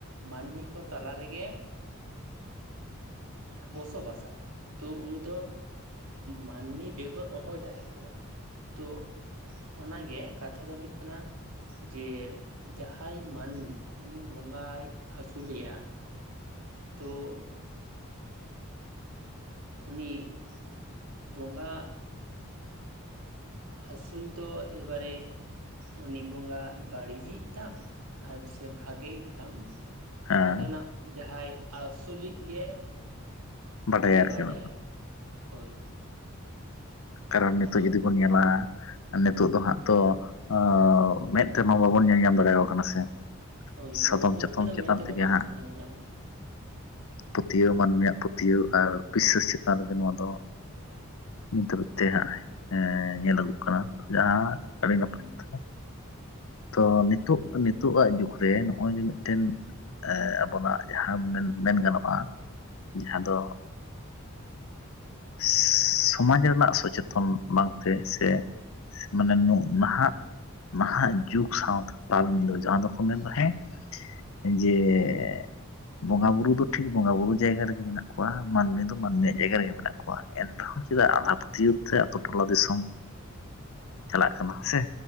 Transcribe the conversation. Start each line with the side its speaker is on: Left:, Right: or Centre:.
Right: ᱢᱟᱱᱢᱤ ᱠᱚ ᱛᱟᱞᱟ ᱨᱮᱜᱮ ᱵᱚᱥᱚ ᱵᱟᱥᱟᱭ᱾ ᱛᱚ ᱩᱱᱤ ᱫᱚ ᱢᱟᱱᱢᱤ ᱵᱮᱜᱚᱨ ᱚᱦᱚᱭ ᱛᱟᱦᱮᱸ ᱠᱚᱜ-ᱟ ᱛᱚ ᱚᱱᱟᱜᱮ ᱠᱟᱛᱷᱟ ᱫᱚ ᱦᱩᱭᱩᱜ ᱠᱟᱱᱟ ᱡᱮ ᱡᱟᱦᱟᱭ ᱢᱟᱱᱢᱤ ᱩᱱᱤ ᱵᱚᱸᱜᱟᱭ ᱟᱥᱩᱞᱮᱭᱟ ᱛᱳ ᱩᱱᱤᱜ ᱵᱚᱸᱜᱟᱜ ᱟᱥᱩᱞ ᱫᱚ ᱮᱹᱵᱟᱨᱮ ᱩᱱᱤ ᱵᱚᱸᱜᱟ ᱵᱟᱲᱤᱡᱤᱜ ᱛᱟᱢ ᱟᱨ ᱥᱮ ᱵᱷᱟᱜᱮᱭᱤᱜ ᱛᱟᱢ
Left: ᱦᱮᱸ
Right: ᱚᱱᱟ ᱫᱚ ᱱᱟᱜ ᱡᱟᱦᱟᱭ ᱟᱥᱩᱞᱤᱡ ᱜᱮ
Left: ᱵᱟᱰᱟᱭᱟ
Right: ᱩᱱᱤᱜᱮ
Left: ᱟᱨᱠᱤ
Right: ᱵᱟᱰᱟᱭᱟᱭ
Left: ᱚᱱᱟ ᱫᱚ
Right: ᱦᱳᱭ᱾
Left: ᱠᱟᱨᱚᱱ ᱱᱤᱛᱚᱜ
Right: ᱟᱫᱚ
Left: ᱡᱩᱫᱤ ᱵᱚᱱ ᱧᱮᱞᱟ
Right: ᱦᱩᱸ
Left: ᱱᱤᱛᱚᱜ ᱫᱚ ᱦᱟᱸᱜ ᱛᱚ ᱚᱻ ᱢᱮᱫ ᱛᱮᱢᱟ ᱵᱟᱵᱚᱱ ᱧᱮᱞ ᱧᱟᱢ ᱫᱟᱲᱮᱭᱟᱠᱚ ᱠᱟᱱᱟ ᱥᱮ᱾
Right: ᱦᱳᱭ ᱵᱚᱸᱜᱟ
Left: ᱥᱟᱫᱚᱢ
Right: ᱵᱩᱨᱩ
Left: ᱪᱟᱛᱚᱢ
Right: ᱛᱮᱫᱚ ᱢᱮᱫ
Left: ᱪᱮᱛᱟᱱ
Right: ᱛᱮᱫᱚ
Left: ᱛᱮᱜᱮ
Right: ᱵᱟᱝᱠᱚ
Left: ᱦᱟᱸᱜ
Right: ᱧᱮᱞ ᱧᱟᱢᱚᱜᱼᱟ
Left: ᱯᱟᱹᱛᱭᱟᱹᱣ ᱢᱟᱱᱢᱤᱭᱟᱜ ᱯᱟᱹᱛᱭᱟᱹᱣ ᱟᱨ ᱵᱤᱥᱥᱟᱹᱥ ᱪᱮᱛᱟᱱ ᱨᱮᱜᱮ ᱱᱚᱣᱟ ᱫᱚ ᱱᱤᱛ ᱦᱟᱹᱵᱤᱡ ᱛᱮ ᱦᱟᱸᱜ ᱮᱸᱻ ᱧᱮᱞ ᱟᱹᱜᱩᱜ ᱠᱟᱱᱟ ᱡᱟᱦᱟᱸ ᱟᱹᱰᱤ ᱱᱟᱯᱟᱭ
Right: ᱦᱩᱸ
Left: ᱠᱟᱛᱷᱟ᱾ ᱛᱚ ᱱᱤᱛᱚᱜ ᱱᱤᱛᱳᱜ ᱟᱜ ᱡᱩᱜᱽ ᱨᱮ ᱱᱚᱜ-ᱚᱭ ᱡᱮ ᱢᱤᱫᱴᱮᱱ ᱮ ᱟᱵᱚᱱᱟᱜ ᱡᱟᱦᱟᱸ ᱢᱮᱱ ᱢᱮᱱ ᱜᱟᱱᱚᱜ-ᱟ ᱡᱟᱦᱟᱸ ᱫᱚ ᱥᱮᱻ ᱥᱚᱢᱟᱡᱽ ᱨᱮᱱᱟᱜ ᱥᱚᱪᱮᱛᱚᱱ ᱵᱟᱝᱛᱮ ᱥᱮ ᱢᱟᱱᱮ ᱱᱳᱜ ᱱᱟᱸᱦᱟᱜ ᱱᱟᱸᱦᱟᱜ ᱡᱩᱜᱽ ᱥᱟᱶᱛᱮ ᱛᱟᱞ ᱢᱤᱞᱟᱹᱣ ᱡᱟᱦᱟᱸ ᱫᱚᱠᱚ ᱢᱮᱱᱫᱟ ᱦᱮᱸ ᱡᱮᱻᱜ ᱵᱚᱸᱜᱟ ᱵᱩᱨᱩ ᱫᱚ ᱴᱷᱤᱠ ᱵᱚᱸᱜᱟ ᱵᱩᱨᱩ ᱡᱟᱭᱜᱟ ᱨᱮᱜᱮ ᱢᱮᱱᱟᱜ ᱠᱚᱣᱟ ᱢᱟᱹᱱᱢᱤ ᱫᱚ ᱢᱟᱹᱱᱢᱤᱭᱟᱜ ᱡᱟᱭᱜᱟ ᱨᱮᱜᱮ ᱢᱮᱱᱟᱜ ᱠᱚᱣᱟ ᱾ᱮᱱ ᱨᱮᱦᱚᱸ ᱪᱮᱫᱟᱜ ᱟᱸᱫᱷᱟ ᱯᱟᱹᱛᱭᱟᱹᱣ
Right: ᱦᱳᱭ
Left: ᱛᱮ ᱟᱛᱳ ᱴᱚᱞᱟ ᱫᱤᱥᱚᱢ ᱪᱟᱞᱟᱜ ᱠᱟᱱᱟ ᱦᱮ ᱥᱮ